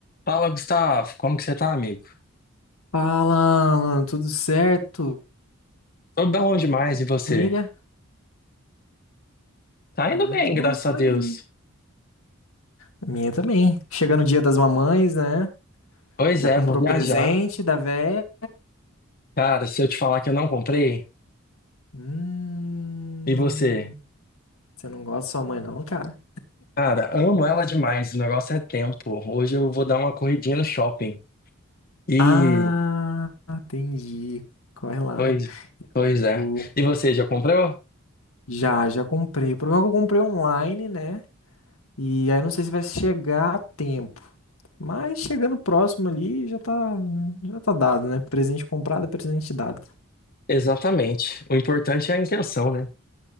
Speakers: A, on the left; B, on the left.
A: Fala, Gustavo. Como que você tá, amigo?
B: Fala, Alan, tudo certo?
A: Tô bom demais, e você?
B: Família?
A: Tá
B: Ah,
A: indo bem,
B: eu tô,
A: graças
B: tô
A: a Deus.
B: indo. A Minha também. Chegando o dia das mamães, né?
A: Pois
B: Já
A: é,
B: comprou
A: vou viajar.
B: presente da véia?
A: Cara, se eu te falar que eu não comprei,
B: Hum,
A: e você?
B: você não gosta da sua mãe, não, cara?
A: Cara, amo ela demais, o negócio é tempo. Hoje eu vou dar uma corridinha no shopping. E...
B: Ah, entendi. Corre lá.
A: Pois, pois é.
B: O-
A: E você, já comprou?
B: Já, já comprei. O problema é que eu comprei online, né? E aí eu não sei se vai chegar a tempo. Mas chegando próximo ali, já tá, já tá dado, né? Presente comprado é presente dado.
A: Exatamente. O importante é a intenção, né?